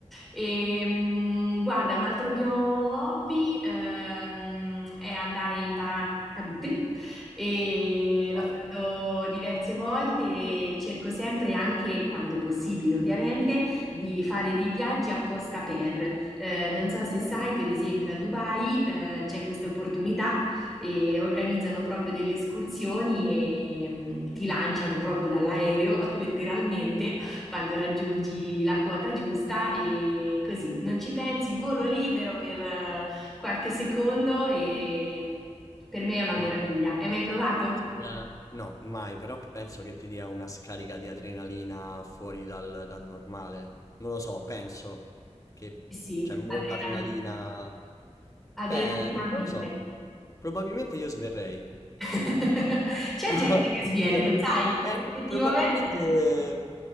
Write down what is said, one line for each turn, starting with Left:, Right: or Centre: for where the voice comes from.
Centre: E, mh, guarda, un altro mio hobby ehm, è andare in paracadute e
Left: Wow,
Centre: l'ho fatto diverse volte e cerco sempre, anche quando possibile ovviamente, di fare dei viaggi apposta per. Eh, non so se sai, per esempio a Dubai eh, c'è questa opportunità e organizzano proprio delle escursioni e mh, ti lanciano proprio dall'aereo, <laughs> letteralmente quando raggiungi la quota giusta e così, non ci pensi, volo libero per eh, qualche secondo e per me è una
Left: wow.
Centre: meraviglia. Hai mai provato?
Left: Sembra... No, mai, però penso che ti dia una scarica di adrenalina fuori dal, dal normale. Non lo so, penso che
Centre: Sì, sì,
Left: c'è molta
Centre: adrenalina,
Left: adrenalina.
Centre: adrenalina
Left: Beh, non
Centre: a
Left: non
Centre: mille.
Left: lo so. Probabilmente io sverrei.
Centre: <laughs> C'è
Left: <laughs>
Centre: gente che sviene,
Left: Cioè,
Centre: lo sai?
Left: eh,
Centre: Effettivamente.
Left: probabilmente